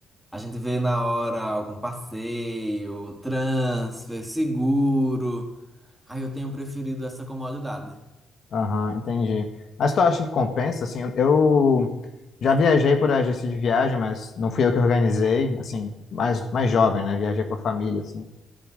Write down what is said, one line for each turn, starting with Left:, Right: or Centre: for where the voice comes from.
Centre: A gente vê na hora algum passeio, transfer, seguro. Aí eu tenho preferido essa comodidade.
Left: aham, entendi. Mas tu acha que compensa, assim, eu já viajei por agência de viagem, mas não fui eu que organizei, assim, mais, mais jovem, né, viajei com a família, assim,